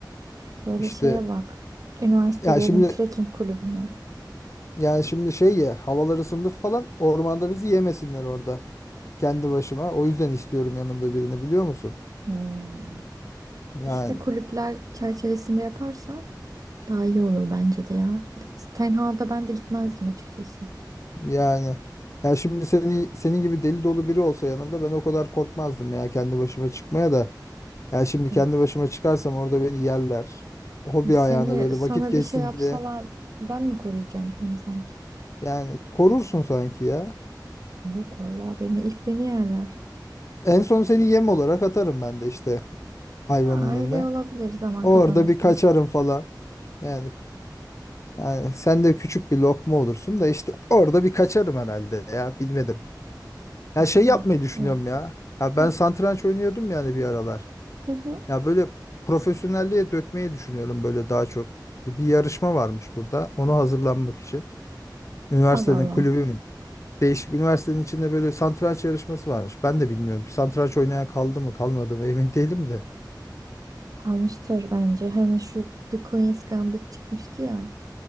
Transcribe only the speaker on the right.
Böyle
şeye bak. Üniversitelerin
trekking kulübüne.
Hmm.
İşte kulüpler çerçevesinde yaparsan Daha iyi olur bence de ya. Tenha'da ben de gitmezdim açıkçası.
Hani
Şimdi seni
sana
bir şey yapsalar
ben mi koruyacağım seni sanki?
Yok vallahi beni ilk beni yerler.
Ha,
öyle olabilir zaman
kazanırsan.
Yok
sen
yok.
Hı.
Hı hı.
Allah Allah.
Almıştır bence. Hani şu The Queen's Gambit çıkmıştı ya.